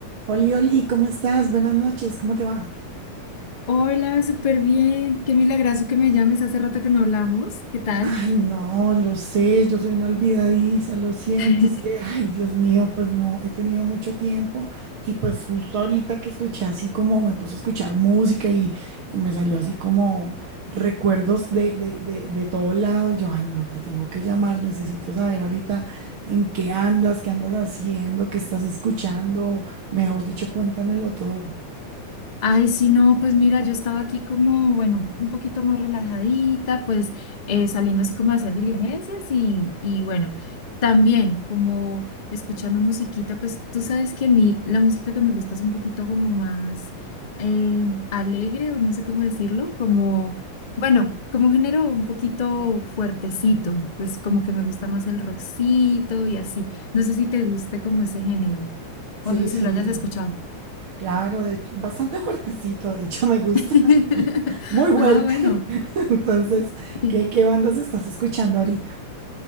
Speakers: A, on the right; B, on the left.
A: Oli, Oli, ¿cómo estás? Buenas noches, ¿cómo te va?
B: Hola, súper bien. Qué milagroso que me llames. Hace rato que no hablamos. ¿Qué tal?
A: Ay, no, lo sé, yo soy una olvidadiza, lo siento,
B: <laughs>
A: es que, ay, Dios mío, pues no, he tenido mucho tiempo y pues justo ahorita que escuché así como me puse a escuchar música y, y me salió así como recuerdos de, de, de, de todo lado y yo, ay, no, te tengo que llamar, necesito saber ahorita en qué andas, qué andas haciendo, qué estás escuchando, mejor dicho, cuéntamelo todo.
B: Ay, sí, no, pues mira, yo estaba aquí como, bueno, un poquito más relajadita, pues eh, saliendo así como a hacer diligencias y, y bueno, también como escuchando musiquita, pues tú sabes que a mí la música que me gusta es un poquito como más eh, alegre o no sé cómo decirlo, como, bueno, como un género un poquito fuertecito, pues como que me gusta más el rockcito y así. No sé si te guste como ese género
A: Sí,
B: o no, si
A: sí.
B: lo hayas escuchado.
A: Claro, de hecho, bastante fuertecito, de hecho me gusta,
B: <laughs>
A: <laughs> muy fuerte.
B: Ah, bueno.
A: <laughs> Entonces,
B: sí.
A: ¿qué, qué bandas estás escuchando ahorita?